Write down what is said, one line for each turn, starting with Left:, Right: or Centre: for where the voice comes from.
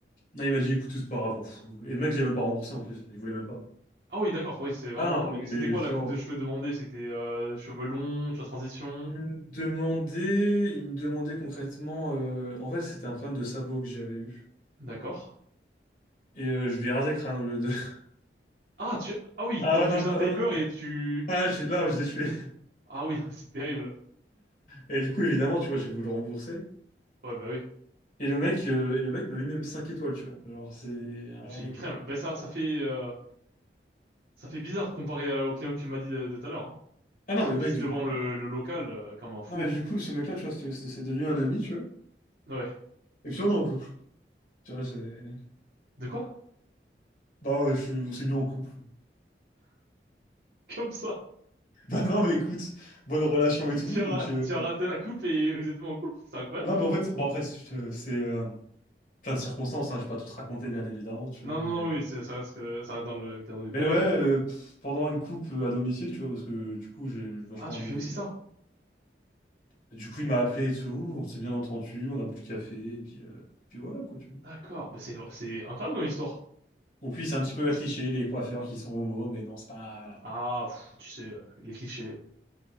Left: Non, il m'a dit, écoute, c'est pas grave, on fout. Et le mec, il avait même pas remboursé en plus, il voulait même pas.
Right: Ah oui, d'accord. Oui, c'est vraiment.
Left: Ah
Right: Mais
Left: non,
Right: c'était
Left: et
Right: quoi
Left: genre,
Right: la coupe de cheveux demandée? C'était euh, cheveux longs, tu as transition.
Left: il me demandait, il me demandait concrètement. euh, En fait, c'était un problème de sabot que j'avais eu.
Right: D'accord.
Left: Et euh, je lui ai rasé le crâne au lieu de. <laughs>
Right: Ah tu, ah oui,
Left: Ah
Right: donc
Left: ouais,
Right: tu
Left: non,
Right: faisais un
Left: ah,
Right: taper
Left: non,
Right: et tu,
Left: ah, je, là, je l'ai tué.
Right: ah oui, <laughs> c'est terrible.
Left: Et du coup, évidemment, tu vois, j'ai voulu le rembourser.
Right: Ouais, bah oui.
Left: Et le mec, euh, et le mec m'a mis même 5 étoiles, tu vois. Genre, c'est rien
Right: Mais C'est une
Left: à
Right: crème.
Left: con.
Right: Ben ça, ça fait, euh, Ça fait bizarre comparé à- au client que tu m'as dit euh, de tout à l'heure, hein,
Left: Ah
Right: qui
Left: non, mais le
Right: pisse
Left: mec, du
Right: devant
Left: coup.
Right: le, le local euh, comme un fou.
Left: Non, mais du
Right: hein.
Left: coup, ce mec-là, tu vois, c'est c'est- c'est devenu un ami, tu vois.
Right: Ouais.
Left: Et puis on est en couple. Tu vois, c'est.
Right: De quoi?
Left: Bah, je suis- on s'est mis en couple. <laughs>
Right: <laughs> Comme ça.
Left: Bah non, mais écoute, bonne relation et tout.
Right: Tu as,
Left: Donc.
Right: ra-
Left: euh,
Right: tu as raté la coupe et vous êtes pas en couple, c'est incroyable.
Left: Non, mais en fait, bon, après, c'est euh, c'est, euh, plein de circonstances, hein, je vais pas tout te raconter, bien évidemment, tu
Right: Non,
Left: vois.
Right: non,
Left: Mais,
Right: non, oui, c'est- ça reste, que- ça reste dans le cadre du privé.
Left: mais ouais,
Right: oui.
Left: euh, pff, pendant une coupe euh, à domicile, tu vois, parce que du coup, j'ai vachement
Right: Ah, tu
Left: ami
Right: fais
Left: avec
Right: aussi
Left: lui.
Right: ça?
Left: Et du coup, il m'a appelé et tout, on s'est bien entendu, on a bu le café, et puis, euh, puis voilà, quoi, tu vois.
Right: D'accord. Bah, c'est, c'est incroyable comme histoire.
Left: Donc oui, c'est un petit peu un cliché, les coiffeurs qui sont homo, mais non, c'est pas. voilà.
Right: Ah, pff, tu sais, euh, les clichés.